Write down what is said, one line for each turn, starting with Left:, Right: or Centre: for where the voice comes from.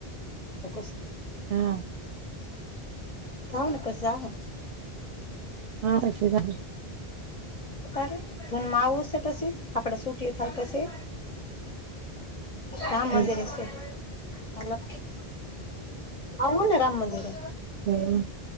Left: <unintelligible>
Right: હા
Left: થઉને પછ જાહુ
Right: <inaudible>
Left: તારે ધૂનમાં આવું હશે પછી આપડે સુટી થાય પછી રામ
Right: હમ
Left: મંદિર શે હલો આવુંને રામ મંદિરે
Right: હમ